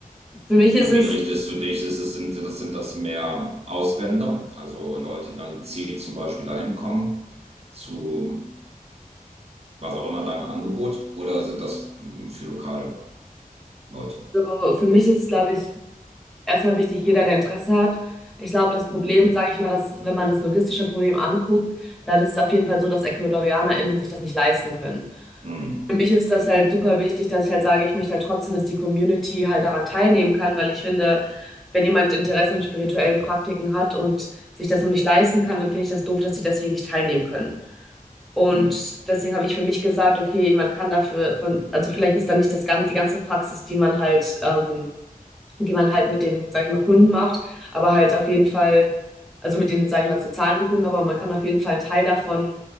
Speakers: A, in the centre; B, on the right.
A: Für mich ist
B: An
A: es
B: wen richtest du dich? Ist es, sind, das, sind das mehr Ausländer, also Leute, die dann gezielt zum Beispiel dahin kommen, zu was auch immer deinem Angebot, oder sind das mm, für lokale Leute?
A: so für mich ist es, glaube ich erstmal wichtig, jeder, der Interesse hat. Ich glaube, das Problem,
B: Mhm.
A: sage ich mal, dass, wenn man das logistische Problem anguckt, dann ist es auf jeden Fall so, dass EcuadorianerInnen sich das nicht leisten können.
B: Mhm.
A: Für mich ist das halt super wichtig, dass ich halt sage, ich möchte halt trotzdem, dass die Community halt daran teilnehmen kann, weil ich finde, wenn jemand Interesse an spirituellen Praktiken hat und sich das nur nicht leisten kann, dann finde ich das doof, dass sie deswegen nicht teilnehmen können. Und
B: Mhm.
A: deswegen habe ich für mich gesagt, okay, man kann dafür, von, also vielleicht ist da nicht das, gan- die ganze Praxis, die man halt ähm, die man halt mit den, sag ich mal, Kunden macht, aber halt auf jeden Fall, also mit den, sag ich mal, zu zahlenden Kunden, aber man kann auf jeden Fall einen Teil davon